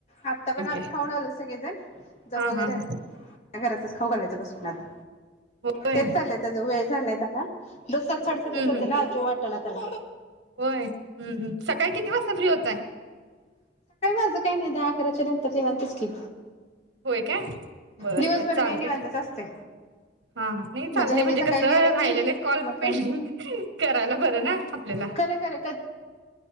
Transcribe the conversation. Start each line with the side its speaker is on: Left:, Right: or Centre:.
Left: आता पण आम्ही
Right: आहे
Left: खाऊन आलो सगळेजण जाऊ
Right: हा
Left: वगैरे
Right: हा हा
Left: अ घरातच खाऊ घालायचं बसून आत.
Right: होय
Left: तेच चाललंय त्याच वेज झालाय त्याला. दो सात सडसात
Right: हम्म
Left: होते
Right: हम्म
Left: ना, <unintelligible> जोट त्याला <unintelligible> त
Right: होय हम्म हम्म सकाळी किती वाजता फ्री होताय.
Left: अस काही नाही दहा अकराच्या नंतर नीवांतच की
Right: होय काय बर
Left: दिवसभर
Right: बर चालते
Left: मी निवांतच असते
Right: हा नाही
Left: माझ्या
Right: चालते
Left: हेने
Right: म्हणजे
Left: सकाळी
Right: कस राहिलेलं
Left: गेले की
Right: कॉल
Left: मग
Right: <unintelligible> पेंडिंग
Left: काय
Right: करायला बरं ना आपल्याला.
Left: खरं खरं